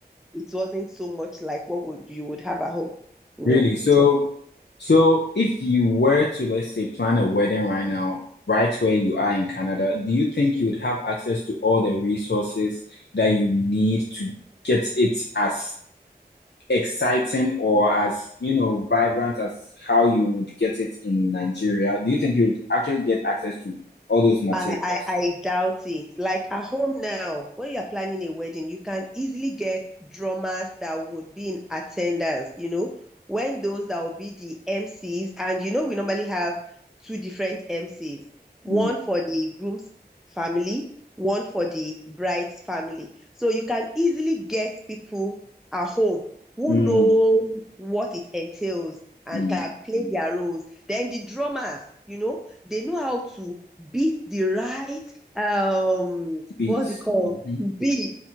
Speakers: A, in the centre; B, on the left.
A: it wasn't so much like what would you would have at home. No,
B: Really. So
A: it wasn't.
B: So, if you were to, let's say, plan a wedding right now, right where you are in Canada, do you think you would have access to all the resources that you need to get it as exciting or as, you know, vibrant as how you would get it in Nigeria? Do you think you would actually get access to all those materials?
A: I, I I doubt it. Like at home now, when you're planning a wedding, you can easily get drummers that would be in attendance, you know, when those that will be the MCs. And you know, we normally have two different MCs, one
B: Mm,
A: for the groom's family, one for the bride's family. So you can easily get people at home who
B: mm,
A: know what it entails and
B: mm,
A: can play their roles. Then the drummers, you know, they know how to beat the right um
B: beats.
A: what's it called
B: Mhm,
A: beat